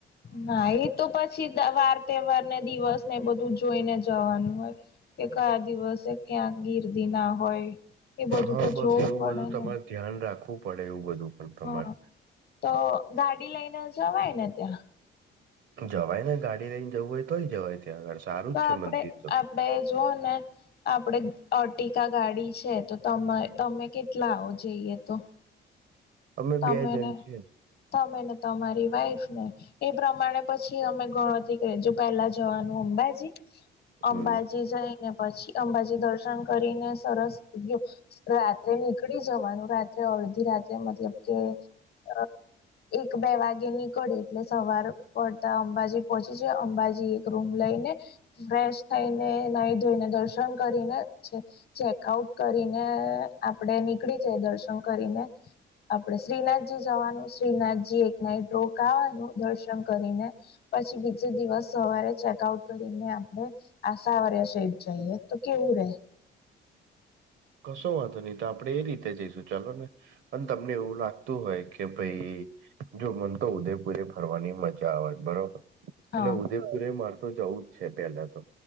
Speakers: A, on the left; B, on the right.
A: ના એ તો પછી વાર તહેવાર ને દિવસ ને બધું જોઈને. જવાનું હોય કે કયા દિવસે ક્યાં ગિર્દી ના હોય. એ બધું
B: હા
A: તો જોવું
B: બસ એવું
A: પડે
B: બધું તમારે
A: ને.
B: ધ્યાન રાખવું પડે એવું બધું. પણ તમારે
A: હા તો ગાડી લઈને જવાય ને ત્યાં.
B: જવાય ને ગાડી લઈને જવું હોય તો જવાય ત્યાં આગળ સારું
A: તો
B: જ છે
A: આપણે
B: મંદિર તો
A: આપડે જો ને. આપણે અર્ટિકા ગાડી છે તો ત તમે કેટલા આવો જઈએ તો.
B: અમે
A: તમેને
B: બે જણ છે
A: તમે ને તમારી વાઈફ ને. એ પ્રમાણે પછી અમે ગણતરી કરીએ જો પેલા જવાનું અંબાજી
B: હમ
A: અંબાજી જઈને પછી અંબાજી દર્શન કરીને સરસ ગયો. રાત્રે નીકળી જવાનું રાત્રે અડધી રાત્રે મતલબ કે એક બે વાગે નીકળે એટલે સવાર પડતા અંબાજી પહોંચી જાય અંબાજી એક રૂમ લઈને. ફ્રેશ થઈને નહી ધોઈને દર્શન કરીને છે. ચેકઆઉટ કરીને આપડે નીકળી જાય દર્શન કરીને. આપણે શ્રીનાથજી જવાનું શ્રીનાથજી એક નાઇટ રોકાવાનું દર્શન કરીને. પછી બીજે દિવસ સવારે ચેકઆઉટ કરીને આપણે. આ સાંવરીયા શેઠ જઈએ તો કેવું રે
B: કશો વાંધો નહી તો આપડે એ રીતે જઈશું ચાલો ને અને તમને એવું લાગતું હોય કે ભાઈ. જો મને તો ઉદયપુરે ફરવાની મજા આવે બરોબર એટલે
A: હા
B: ઉદેપુરે મારે તો જવું જ છે પેલા તો